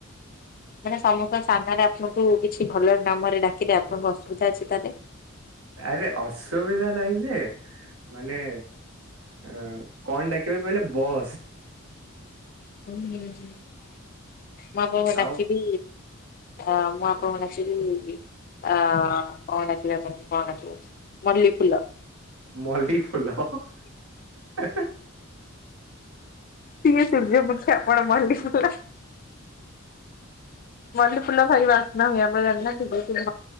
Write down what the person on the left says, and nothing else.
ମାନେ ସମସ୍ତଙ୍କ ସାମ୍ନାରେ ଆପଣଙ୍କୁ କିଛି ଭଲ ନାମରେ ଡାକିଲେ ଆପଣଙ୍କୁ ଅସୁବିଧା ଅଛି ତା ଦେଲେ।
ହୁଁ ହଁ ନାଇଁ ମୁଁ ଆପଣଙ୍କୁ ଡାକିବି,
ଅ ମୁଁ ଆପଣଙ୍କୁ ଡାକିବି କଣ ଡାକିବି ଆପଣଙ୍କୁ କଣ ଡାକିବି। ମଲ୍ଲି ଫୁଲ।
ସିଏ ସୂର୍ଯ୍ୟମୁଖୀ ଆପଣ ମଲ୍ଲି ଫୁଲ। ମଲ୍ଲି ଫୁଲ ଖାଲି ବାସ୍ନା ହୁଏ ଆପଣ ଜାଣନାହାନ୍ତିି ଭଲ ଫୁଲଟା